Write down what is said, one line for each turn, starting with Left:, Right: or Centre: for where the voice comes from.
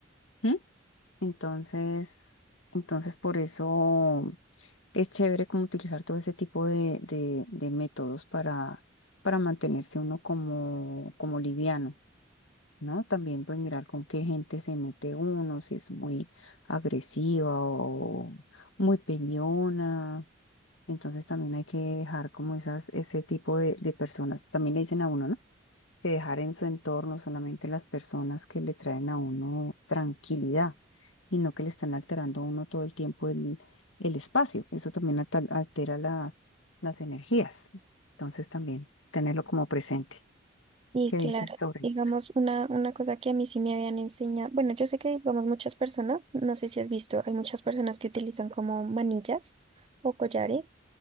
Left: ¿m? Entonces, entonces por eso es chévere como utilizar todo ese tipo de, de, de métodos para, para mantenerse uno como, como liviano. ¿no? También pues mirar con qué gente se mete uno, si es muy agresiva o muy peñona. Entonces también hay que dejar como esas, ese tipo de, de personas, también le dicen a uno, ¿no? Que dejar en su entorno solamente las personas que le traen a uno tranquilidad y no que le están alterando a uno todo el tiempo el, el espacio. Eso también alta- altera la- las energías. Entonces también tenerlo como presente.
Right: Y
Left: ¿Qué dices
Right: claro,
Left: sobre
Right: digamos,
Left: eso?
Right: una, una cosa que a mí sí me habían enseñado, bueno, yo sé que, digamos, muchas personas, no sé si has visto, hay muchas personas que utilizan como manillas o collares